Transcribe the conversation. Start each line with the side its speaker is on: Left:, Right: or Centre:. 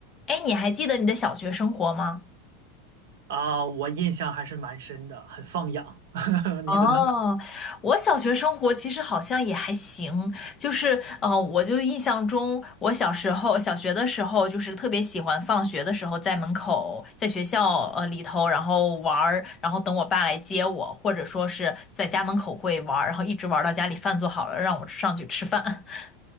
Left: 哎，你还记得你的小学生活吗？
Right: 啊，我印象还是蛮深的，很放养。
Left: 哦，
Right: <laughs> 你的呢？
Left: 我小学生活其实好像也还行，就是呃，我就印象中，我小时候小学的时候，就是特别喜欢放学的时候在门口，在学校呃里头，然后玩儿，然后等我爸来接我，或者说是在家门口会玩儿，然后一直玩儿到家里饭做好了，让我上去吃饭。<laughs>